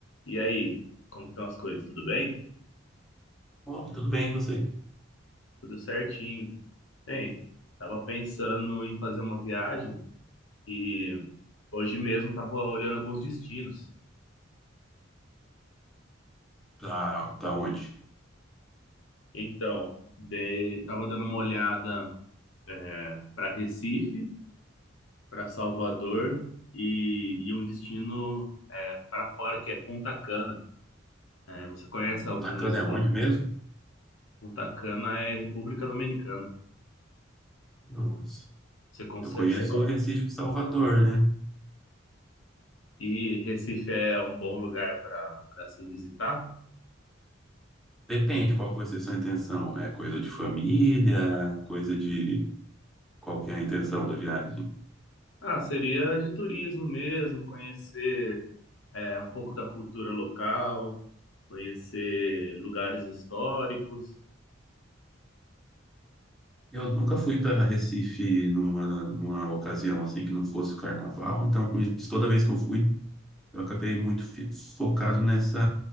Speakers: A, on the left; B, in the centre.
A: E aí, como estão as coisas? Tudo bem?
B: Bom, tudo bem, e você?
A: Tudo certinho. Bem, tava pensando em fazer uma viagem e hoje mesmo tava olhando alguns destinos.
B: Tá, tá onde?
A: Então, de, tava dando uma olhada é, para Recife, para Salvador e, e um destino é, para fora que é Punta Cana. É, você conhece algum
B: Cotacana
A: desses
B: é onde
A: lugares?
B: mesmo?
A: Punta Cana é República Dominicana.
B: Nossa.
A: Você consegue?
B: Eu conheço o Recife e Salvador, né?
A: e Recife é um bom lugar para para se visitar?
B: Depende qual que vai ser sua intenção. É coisa de família, coisa de... Qual que é a intenção da viagem?
A: Ah, seria de turismo mesmo, conhecer é, um pouco da cultura local, conhecer lugares históricos.
B: Eu nunca fui para Recife numa, numa ocasião assim que não fosse o carnaval, então por isso, toda vez que eu fui, eu acabei muito fi- focado nessa,